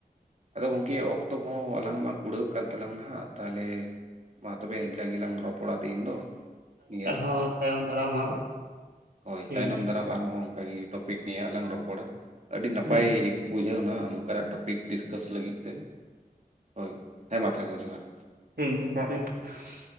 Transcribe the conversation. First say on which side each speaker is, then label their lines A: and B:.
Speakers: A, on the right; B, on the right.
A: ᱟᱫᱚ ᱜᱚᱝᱠᱮ ᱚᱠᱛᱚ ᱠᱚᱦᱚᱸ ᱟᱞᱟᱝ ᱢᱟ ᱠᱩᱲᱟᱹᱜᱣ ᱠᱟᱱ ᱛᱟᱞᱟᱝ ᱱᱟᱦᱟᱜ ᱛᱟᱦᱚᱞᱮ ᱢᱟ ᱛᱚᱵᱮ ᱮᱱᱠᱟᱹ ᱜᱮᱞᱟᱝ ᱨᱚᱯᱚᱲᱟ ᱛᱮᱦᱮᱧ ᱫᱚ᱾ ᱱᱤᱭᱟᱹ
B: ᱦᱳᱭ ᱛᱟᱭᱚᱢ ᱫᱟᱨᱟᱢ ᱦᱟᱸᱜ
A: ᱦᱳᱭ ᱦᱳᱭ
B: ᱴᱷᱤᱠ
A: ᱛᱟᱭᱱᱚᱢ
B: ᱜᱮᱭᱟ
A: ᱫᱟᱨᱟᱢ ᱟᱨᱦᱚᱸ ᱚᱱᱠᱟᱜᱮ ᱴᱚᱯᱤᱠ ᱱᱤᱭᱮ ᱞᱟᱝ ᱨᱚᱯᱚᱲᱟ᱾ ᱟᱹᱰᱤ ᱱᱟᱯᱟᱭ
B: ᱵᱮᱥ
A: ᱵᱩᱡᱷᱟᱹᱣ ᱮᱱᱟ ᱱᱚᱝᱠᱟᱱᱟᱜ ᱴᱚᱯᱤᱠ ᱰᱤᱥᱠᱟᱥ ᱞᱟᱹᱜᱤᱫ ᱛᱮ, ᱦᱳᱭ ᱦᱮᱸ ᱢᱟ ᱛᱟᱦᱚᱞᱮ ᱡᱚᱦᱟᱨ ᱜᱮ᱾
B: ᱦᱩᱸᱢ ᱡᱟᱨᱤ <unintelligible>